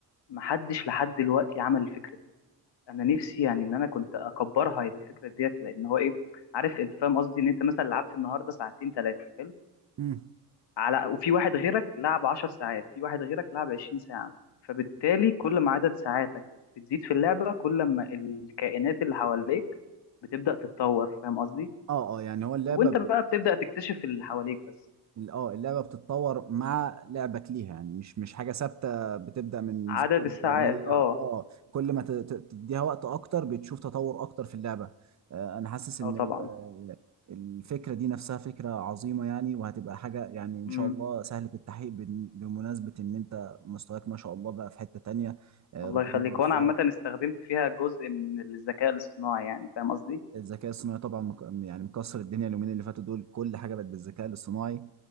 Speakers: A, on the left; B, on the right.
A: محدش لحد دلوقتي عمل الفكره دي انا نفسي يعني ان انا كنت اكبرها الفكره ديت لان هو ايه عارف انت فاهم قصدي ان انت مثلا لعبت النهارده ساعتين ثلاثه حلو
B: مم.
A: على وفي واحد غيرك لعب 10 ساعات في واحد غيرك لعب 20 ساعه فبالتالي كل ما عدد ساعاتك بتزيد في اللعبه كل ما الكائنات اللي حواليك بتبدا تتطور فاهم قصدي
B: اه اه يعني هو اللعبه
A: وانت
B: ب...
A: بقى بتبدا تكتشف اللي حواليك بس
B: اه اللعبه بتتطور مع لعبك ليها يعني مش مش حاجه ثابته بتبدا من
A: عدد
B: زيرو
A: الساعات
B: ل 100
A: اه
B: اه كل ما ت... ت- تديها وقت اكتر بتشوف تطور اكتر في اللعبه آه انا حاسس ان
A: اه طبعا
B: ال- الفكره دي نفسها فكره عظيمه يعني وهتبقى حاجه يعني ان
A: امم
B: شاء الله سهله التحقيق بن- بمناسبه ان انت مستواك ما شاء الله بقى في حته تانية آه
A: الله
B: ربنا
A: يخليك
B: يوفقك
A: وانا عامه استخدمت فيها جزء من الذكاء الاصطناعي يعني فاهم قصدي
B: الذكاء الصناعي طبعا مك... يعني مكسر الدنيا اليومين اللي فاتوا دول كل حاجه بقت بالذكاء الاصطناعي